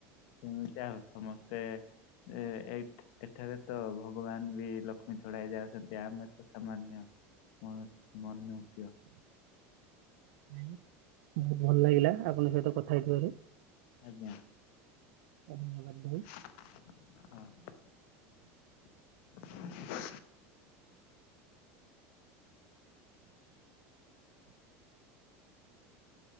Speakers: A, on the left; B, on the right.
A: ସେମିତିଆ ଆଉ। ସମସ୍ତେ ଏ ଏଇ ଏଠାରେ ତ ଭଗବାନ ବି ଲଖ କ୍ଷ୍ମୀ ଛଡା ହେଇଯାଉଛନ୍ତି ଆମେ ତ ସାମାନ୍ୟ ମନ ମନୁଷ୍ୟ।
B: ଆଜ୍ଞା ଆଉ ବହୁତ ଭଲ ଲାଗିଲା ଆପଣଙ୍କ ସହିତ କଥା ହେଇଥିବାରୁ।
A: ଆଜ୍ଞା।
B: ଧନ୍ୟବାଦ ଭାଇ।
A: ହ।